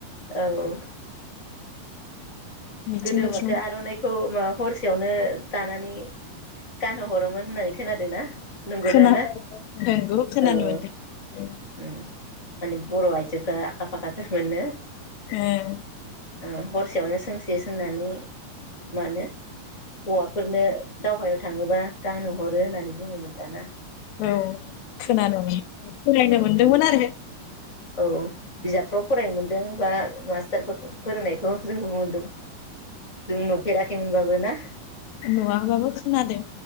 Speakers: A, on the left (about 25°); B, on the left (about 85°).
A: औ औ
B: मिथिं
A: गोदो
B: दावथिं
A: माथो आरनाइखौ मा हरसे सेयावनो दानानै गानहो हरोमोन होननानै खोनादों ना नंगौ
B: खोनादों
A: दा ना
B: नोंगौ खोनानो
A: औ
B: मोनदों
A: उम माने बर' आइजोफ्रा आखा फाखाथारमोन नो
B: ओम
A: ओ‌ हरसेयावनो सोंस से सोंनानै मा होनो हौवाफोरनो दावहायाव थाङोबा गानहो हरो होननानै बुङोमोन दाना?
B: औ खोनानो मोनो फरायनो मोनदोंमोन आरो
A: औ बिजाबफ्राव फरायनो मोन्दों बा मास्टारफोर फोरोंनायखौ जोंबो मोनदों जों नुफेराखैमोनबाबो बो ना
B: नुआबाबो खोनादों